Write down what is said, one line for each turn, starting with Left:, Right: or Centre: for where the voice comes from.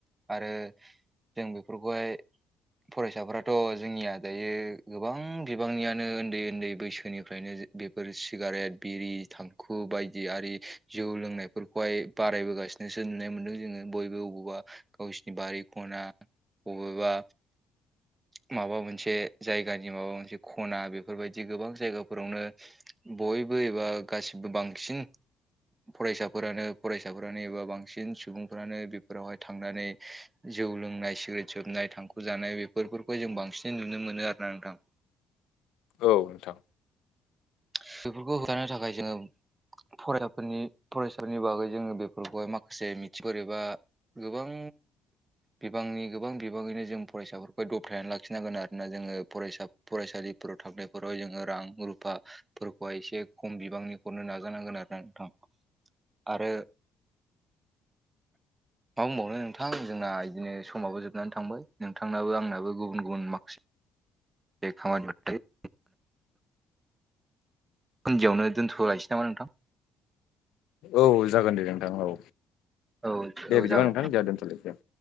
Right: आरो जों बेफोरखौहाय फरायसाफोराथ' जोंनिया दायो गोबां बिबांनियानो उन्दै उन्दै बैसोनिफ्रायनो बेफोर सिगारेट बिरि थांखु बायदि आरि जौ लोंनायफोरखौहाय बारायबोगासिनो <unintelligible> मोनदों जोङो। बयबो बबावबा गावसिोरनि बारि खना बबावबा माबा मोनसे जायगानि माबा मोनसे खना बे- बेफोरबायदि गोबां जायगाफोरावनो बयबो एबा गासिबो बांसिन फरायसाफोरानो फरायसाफोरानो एबा बांसिन सुबुंफ्रानो बेफोरावहाय थांनानै जौ लोंनाय सिग्रेट सोबनाय थांखु जानाय बेफोरखौ जों बांसिन नुनो मोनो आरो ना नोंथां।
Left: औ नोंथां।
Right: बेफोरखौ होबथानो थाखाय जोङो फरायसाफोरनि फरायसाफोरनि बागै जोङो बेफोरखौहाय माखा- से मिथिगर एबा गोबां बिबांनि गोबां बिबाङैनो जों फरायसाफोरखौ दबथायनानै लाखिनांगोन आरोना जोङो फरायसा फरायसालिफोराव थांनायफोराव जोङो रां-रुफा एसे खम बिबांनि हरनो नाजानांगोन आरो ना नोंथां। आरो मा बुंबावनो नोंथां जोंना बिदिनो समाबो जोबनानै थांबाय नोंथांनाबो आंनाबो गुबुन गुबुन माखासे <unintelligible> <unintelligible> दोनथ'लायनोसै नामा नोंथां?
Left: औ जागोन दे नोंथां औ
Right: औ
Left: दे
Right: औ
Left: बिदिबा
Right: जाबाय
Left: नोंथां जोंहा दोनथ'लायनिसै